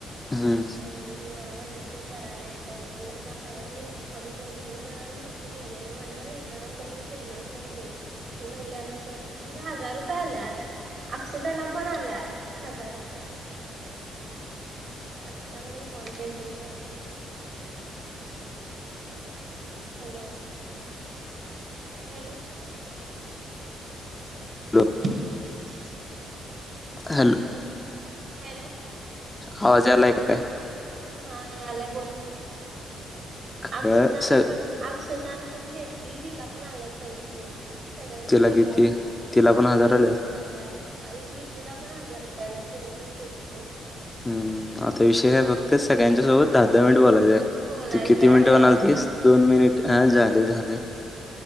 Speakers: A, on the left (about 20°); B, on the right (about 60°).
A: हम्म
B: आणि जी मला म्हंली तू करायला आहेस त्याने मी अ मी मधी दोन तीन जणांना फक्त केलेल म्हटल त्याच्या नंतर मी केलोच नाही ते ती म्हणली अगं कर की तिला हजार रुपये आल्यात अक्षताला पण आल्यात हजार रुपये असताना पण कॉल केलती मला आज hello hello <inaudible>
A: hello hello
B: hello
A: आवाज यालाय काय
B: हा यालाय बोल की
A: खेळ
B: अक्षताना
A: स
B: पण अक्षतान पण केलती तिला पण आलेत पैसे सगळ्यांनी
A: तिला
B: केल्यात
A: किती तिला
B: हजार
A: पण
B: रुपये
A: आले
B: आल्यात आणि सृष्टीला पण हजार रुपय पहिला तिन पण केलती
A: हम्म आता विषय काय बघतेस सगळ्यांच्या सोबत दहा दहा मिनिट बोलायचं काय
B: बोलायचंय
A: तू किती मिनिट म्हणालितीस
B: होय
A: दोन मिनिट लई झालं